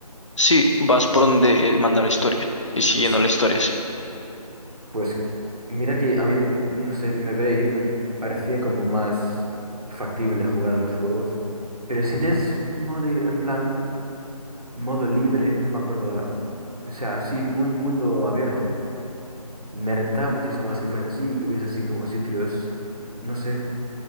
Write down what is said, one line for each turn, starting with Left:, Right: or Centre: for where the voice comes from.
Left: Sí, vas por donde manda la historia y siguiendo
Right: Pues,
Left: la historia, sí.
Right: pues mira que a mí, eh, no sé, me ve y me parecía como más factible jugar a los juegos. Pero si no es modo, en plan, modo libre, no me acuerdo ahora. O sea, así, mun- mundo abierto. Me rentaba muchísimo más que fuese así, que hubiese así como sitios, no sé,